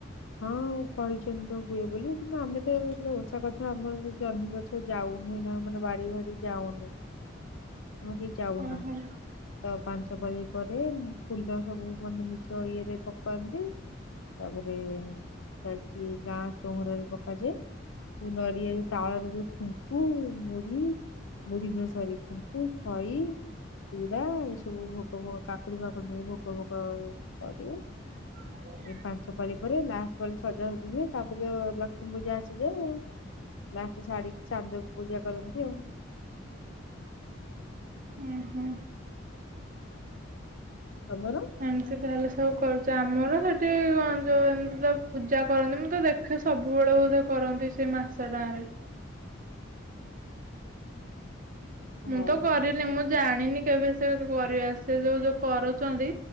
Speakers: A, on the left (about 80°); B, on the right (about 45°).
A: ହଁ କହିଛନ୍ତି ତ ହୁଏ ବୋଲି କିନ୍ତୁ ଆମେ ତ ଓଷା କଥା ଆମର ଜହ୍ନି ଗଛ ଯାଉ ହୁଇଁ ନା ମାନେ ବାଡି ବାଡି ଯାଉନୁ। ତମେ କି ଯାଉନ
B: ଓହୋ
A: ତ ପାଞ୍ଚ ପାଳି ପରେ ଫୁଲ ସବୁ ମାନେ ନିଜ ଇଏରେ ପକାନ୍ତି। ତାପରେ ଯାଇକି ଗାଁ ଚଉରାରେ ପକାଯାଏ। ନଡିଆ ଯ ତାଳରେ ଯୋଉ ଖୁଙ୍କୁ ମୁଢି ମୁଢି ନୁହ ସରି ତୁ ଖଇ। ଚୁଡା ଏ ସବୁ ଭୋଗ ଭୋଗ କାକୁଡି଼ ଫାକୁଡି ନେଇ ଭୋଗ ଭୋଗ କରିବେ।
B: <inaudible>
A: ଏଇ ପାଞ୍ଚ ପାଳି ପରେ ଲାଷ୍ଟ ପାଳି ସଯା ସାଜି ହୁଏ ତାପରେ ତ ଲକ୍ଷ୍ମୀ ପୂଜା ଆସି ଯାଏ ଆଉ। ଲାଷ୍ଟ ଶାଢିକି ଚାନ୍ଦକୁ ପୂଜା କରନ୍ତି ଆଉ।
B: ହୁଁ ହୁଁ
A: ତମର
B: ଏମିତି ତାହେଲେ ସବୁ କରୁଛ ଆମର ସେଠି କଣ ଯୋଉ ଏମିତି ତ ପୂଜା କରନ୍ତି ମୁଁ ତ ଦେଖ କ୍ଷ ସବୁବେଳେ ବୋଧେ କରନ୍ତି ସେ ମାସ ଟାଁ ରେ।
A: ହଉ
B: ମୁଁ ତ କରିନି
A: ଆଉ
B: ମୁଁ ଜାଣିନି କେବେ ସେ କରିବା ସେ ଯୋଉ ଯୋଉ କରୁଛନ୍ତି।